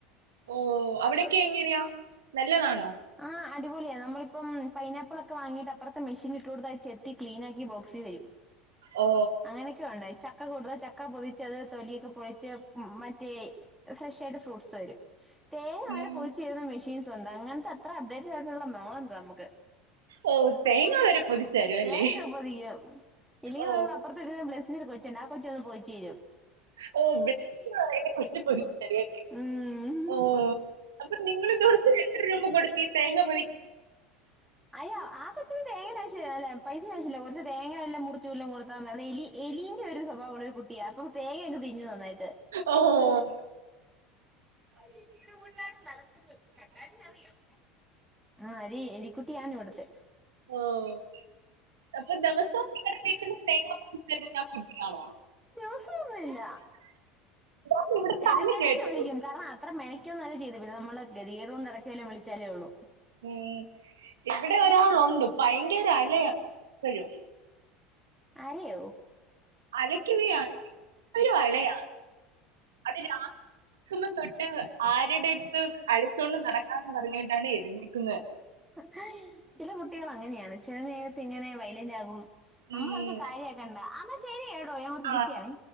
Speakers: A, on the right; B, in the centre.
A: ഓഹ് അവിടൊക്കെ എങ്ങനെയാ നല്ലതാണോ
B: ആഹ് അടിപൊളിയാ നമ്മളിപ്പം പൈനാപ്പിളൊക്കെ വാങ്ങീട്ട് അപ്പറത്തെ മിഷീനി ഇട്ടു കൊടുത്താ അത് ചെത്തിക്ലീനാക്കി ബോക്സി വെരും
A: ഓ
B: അങ്ങനെ ക്കെ ഒണ്ടായി ചക്ക കൊടുത്താ ചക്ക പൊതിച്ചത് തൊലിയൊക്കെ പൊളിച്ച് മറ്റേ എ ഫ്രഷായിട്ട് ഫ്രൂട്ട്സ് വരും തേങ്ങ
A: ഉം,
B: വരെ പൊതിച്ച്തരുന്ന മെഷീൻസൊണ്ട് അങ്ങനത്തെ അത്ര അപ്ഡേറ്റഡ് ആയിട്ടൊള്ള മോള്ണ്ടമ്മക്ക്
A: ഓ തേങ്ങ വരെ പൊതിച്ചു തരും അല്ലേ
B: തേങ്ങയൊക്കെ പൊതിക്കും ഇല്ലെങ്കി
A: ഓ
B: നമ്മടെ അ അപ്പറത്തൊരു ബ്ലസീട കൊച്ചൊണ്ട് ആ കൊച്ച് വന്ന് പൊതിച്ചുതരും
A: ഓ
B: ഓഹ്
A: ബെൻസ്
B: ബ്ളസീന്ന്‌ പറയുന്ന
A: കൊച്ചു
B: കൊച്ച്
A: പൊസിഷൻ
B: പൊതിച്ച്
A: അല്ലേ
B: തരുവല്ലെ ഉം
A: ഓ അപ്പൊ നിങ്ങളി ദെവസോം എത്ര രൂപ കൊടുത്തീ തേങ്ങ പൊതി
B: അയ്യോ ആ കൊച്ചിന് തേങ്ങേടെ ആവശ്യില്ല അല്ല പൈസേടെ ആവിശ്യില്ല കൊറച്ച് തേങ്ങ വല്ലോം മുറിച് ച്ചു വല്ലോം കൊടുത്താമതി അത് എലി എലീന്റെ ഒരു സ്വഭാവാണ് ഒരു കുട്ടി അപ്പം തേങ്ങയൊക്കെ തിന്നും നന്നായിട്ട്
A: ഓ ഓ ഓ
B: ആ <unintelligible> എീട് <unintelligible> കൂട്ടാട് <unintelligible> നടക്കുന്നത് <unintelligible> കണ്ടാലും അറിയാം ആഹ് ഒര് എലികുട്ടിയാണിവിടുത്തെ
A: ഓഹ് അപ്പൊ ദെവസോം നിങ്ങടെ വീട്ടീന്ന് തേങ്ങ <unintelligible> ആ കുട്ടിയാണോ
B: വസോം ഒന്നുവില്ല
A: ഞാൻ ഇവിടുത്തെ
B: എടക്കെടക്ക്
A: അല കേട്ടു
B: വിളിക്കും കാരണം അത്ര മെനക്കൊന്നുംല്ല ചെയ്ക പിന്ന നമ്മള് ഗതികേടോണ്ട് എടക്കു വല്ലോം വിളിച്ചാലേ ഒള്ളൂ
A: ഉം ഇവിടെ ഒരാളൊണ്ട് ഭയങ്കര അലയാ എപ്പഴും
B: അലയോ
A: അലയ്ക്കുകയാണ് പ്പഴും അലയാന്ന്‌ അതേ ഈ കാ ക്കുമ്പൊ തൊട്ട് ആരെടടുത്ത് അലച്ചോണ്ട് നടക്കാന്ന് പറഞ്ഞീട്ടാണ് എഴുന്നെ ക്കുന്നെ
B: ഹായ് ചില കുട്ടികള് അങ്ങനെയാണ് ചെല നേരത്തിങ്ങനെ വൈലന്റാകും നമ്മളതൊക്കെ
A: ഉം
B: കാര്യാക്കണ്ടാ അന്നാ ശരി കേട്ടോ ഞാൻ കൊറച്ച്
A: ആ
B: ബിസിയാണോ